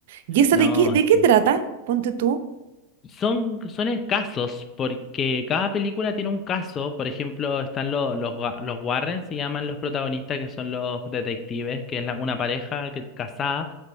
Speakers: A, on the right; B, on the left.
A: ¿Y esa
B: No,
A: de qué, de
B: sí.
A: qué trata? Ponte tú,
B: Son, son escasos porque cada película tiene un caso, por ejemplo, están lo- los, Wa- los Warren, se llaman los protagonistas, que son los detectives, que es la- una pareja que, casada.